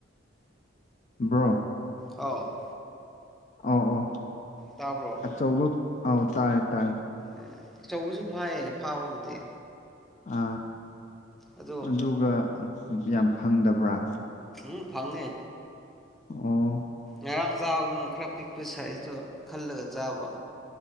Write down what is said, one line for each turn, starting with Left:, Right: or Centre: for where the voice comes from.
Left: ꯑꯗꯨꯗꯦ
Centre: ꯑꯣ
Left: ꯑ ꯑꯣ
Centre: ꯇꯥꯕ꯭ꯔꯣ
Left: ꯑꯆꯧꯕ ꯑꯧ ꯇꯥꯥꯏꯦ ꯇꯥꯥꯏꯦ
Centre: ꯎꯝ ꯑꯆꯧꯕꯁꯨ ꯐꯥꯏꯌꯦ ꯐꯥꯕꯕꯨꯗꯤ
Left: ꯑ
Centre: ꯑꯗꯣ
Left: ꯑꯗꯨꯒ ꯌꯥꯝ ꯐꯪꯗꯕ꯭ꯔꯥ
Centre: ꯑꯗꯨꯨꯡ ꯐꯪꯉꯦ
Left: ꯑꯣ ꯑꯧ
Centre: ꯉꯔꯥꯡ ꯆꯥꯕꯗꯨꯅ ꯈꯔ ꯄꯤꯛꯄ ꯁꯥꯏꯖꯇꯣ ꯈꯜꯂꯒ ꯆꯥꯕ